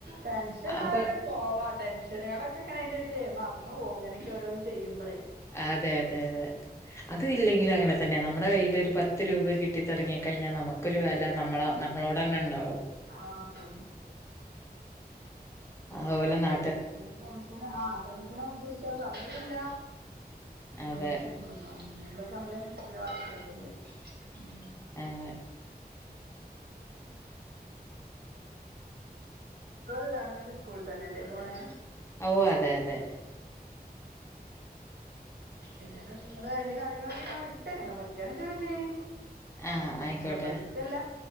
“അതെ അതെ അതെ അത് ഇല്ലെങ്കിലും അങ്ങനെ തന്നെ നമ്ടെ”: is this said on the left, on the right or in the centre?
Left